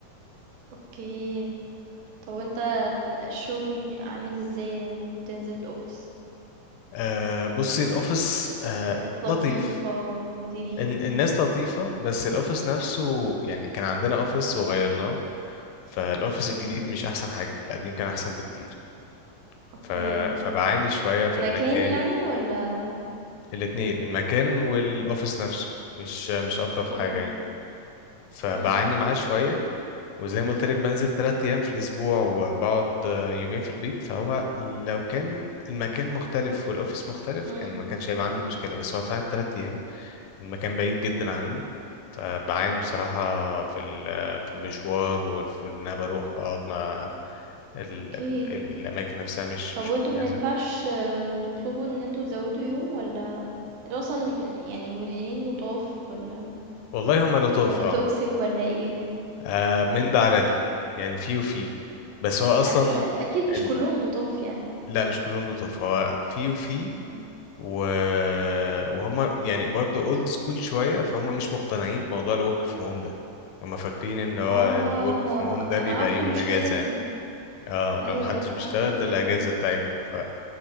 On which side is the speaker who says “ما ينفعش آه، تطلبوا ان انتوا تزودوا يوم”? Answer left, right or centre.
Right